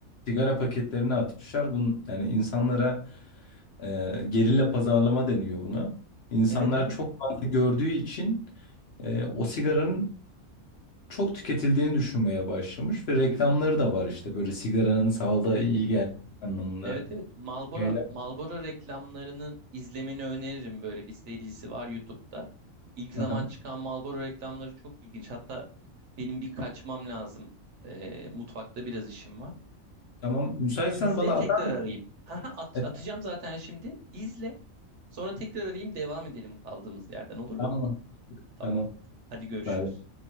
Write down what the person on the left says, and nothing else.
sigara paketlerini atmışlar. Bunun, yani insanlara e, gerilla pazarlama deniyor buna. İnsanlar
çok fazla gördüğü için e, o sigaranın çok tüketildiğini düşünmeye başlamış ve reklamları da var işte böyle sigaranın sağlığa
iyi
geldiği anlamında
şeyler.
Aha.
Tamam. Müsaitsen
bana
atar mısın?
Evet,
tamam.
Tamam.
Bay bay.